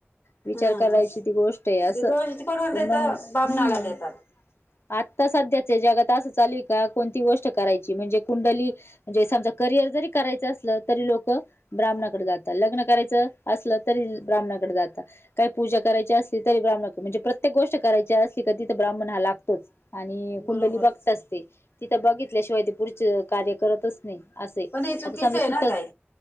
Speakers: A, on the left; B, on the left.
A: विचार
B: हा
A: करायची ती गोष्ट आहे असं
B: जे दोष कोणाला
A: पण
B: देतात
A: मंग हम्म.
B: बामणाला देतात.
A: आता सध्याचे जगात असं चाल का कोणती गोष्ट करायची म्हणजे कुंडली म्हणजे सद करिअर जरी करायचं असलं, तरी लोक ब्राह्मणाकडे जातात लग्न करायचं असलं तरी ब्राह्णाकडे जात काही पूजा कराची असलीरी ब्राह्णाकडे, म्हणजे प्रत्येक गोष्ट करायची क तीथ ब्राह्मण हा लागतोच आणि कुंडली
B: बरोबर
A: बगतात स ते तिथं बघितल्याशिवाय ते पुढचे कार्य करतच नाही. असे
B: पण हे चुकीचं
A: आता समजा
B: आहे
A: सुतक
B: ना ताई.